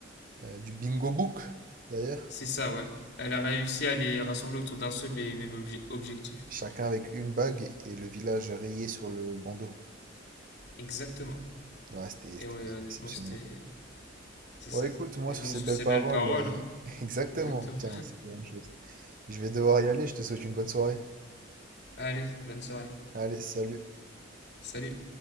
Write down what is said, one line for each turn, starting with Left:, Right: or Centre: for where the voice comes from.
Right: euh, du bingo book d'ailleurs,
Left: C'est ça, ouais. Elle a réussi à les rassembler autour d'un seul et même obje- objectif.
Right: chacun avec une bague et le village rayé sur le bandeau.
Left: Exactement.
Right: Ouais, c'était
Left: Et
Right: c'était
Left: ouais,
Right: quand même
Left: honnêtement,
Right: exceptionnel.
Left: c'était... C'est
Right: Bon,
Left: ça.
Right: écoute, moi
Left: Mais
Right: sur
Left: bon,
Right: ces
Left: sur
Right: belles
Left: ces
Right: paroles,
Left: belles paroles,
Right: euh,
Left: hein.
Right: <laughs> exactement,
Left: Exactement.
Right: tiens, c'est la même chose. Je vais devoir y aller, je te souhaite une bonne soirée.
Left: Allez, bonne soirée.
Right: Allez, salut.
Left: Salut.